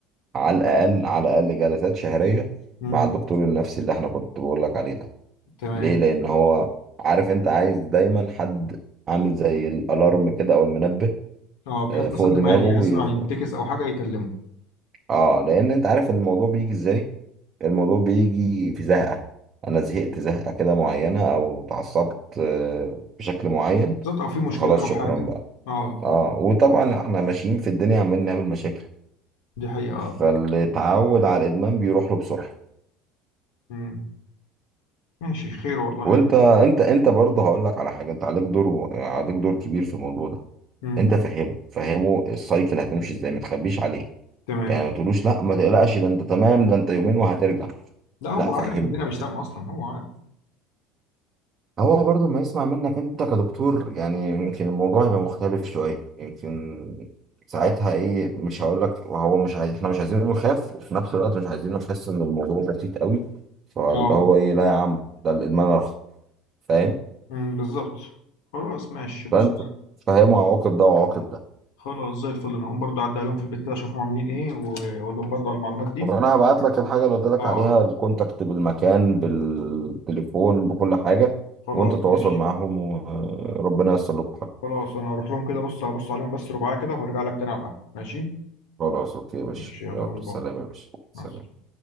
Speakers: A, on the right; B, on the left.
A: على الاقل على الاقل جلسات شهريه
B: امم
A: مع الدكتور النفسي اللي احنا كنت بقول لك عليه ده
B: تمام
A: ليه لان هو عارف انت عايز دايما حد عامل زي الالارم كده او المنبه
B: اه بحيث
A: آه، فوق
B: مثلا
A: دماغه
B: لما يحس
A: يفضل
B: انه هينتكس او حاجة يكلمه
A: اه لان انت عارف الموضوع بيجي ازاي الموضوع بيجي في زهقة أنا زهقت زهقة كده معينة أو اتعصبت آه، بشكل معين
B: بالظبط او في مشكلة
A: فخلاص
B: او
A: شكرا
B: حاجة
A: بقى
B: اه
A: اه وطبعا احنا ماشيين في الدنيا عمالين نعمل مشاكل
B: دي حقيقة
A: فاللي
B: اه
A: اتعود على الإدمان بيروح له بسرعة
B: مم. ماشي خير والله
A: وانت
B: يعني
A: انت انت برضه هقول لك على حاجة انت عليك دور عليك دور كبير في الموضوع ده
B: امم
A: انت فهمه فهمه السايكل هتمشي ازاي ما تخبيش عليه
B: تمام
A: يعني ما تقولوش لا ما تقلقش ده انت تمام ده انت يومين وهترجع
B: لا هو
A: لا فهمه
B: عارف ان الدنيا مش تمام اصلا هو عارف
A: هو برضو ما يسمع منك انت كدكتور يعني يمكن الموضوع يبقى مختلف شوية يمكن ساعتها ايه مش هقول لك وهو مش عايز احنا مش عايزينه يخاف وفي نفس الوقت مش عايزينه يحس ان الموضوع بسيط قوي فاللي
B: اه
A: هو ايه لا يا عم ده الادمان ارخص فاهم
B: أمم، بالظبط خلاص ماشي بص
A: فانت فاهم عواقب ده وعواقب ده
B: خلاص زي الفل انا هقوم برضه اعدي عليهم في البيت كده اشوفهم عاملين ايه و- واقول لهم برضه على المعلومات دي
A: وانا هبعت لك الحاجة اللي قلت لك
B: اه
A: عليها الكونتاكت بالمكان بالتليفون بكل حاجة
B: خلاص
A: وانت تواصل
B: ماشي
A: معاهم وربنا ييسر لكم حاجة
B: خلاص انا هروح لهم كده بص هبص عليهم بس رباعية كده وهرجع لك تاني على القهوة ماشي
A: خلاص اوكي يا باشا
B: ماشي يلا
A: يلا
B: باي
A: سلام
B: باي
A: يا باشا سلام
B: مع السلامة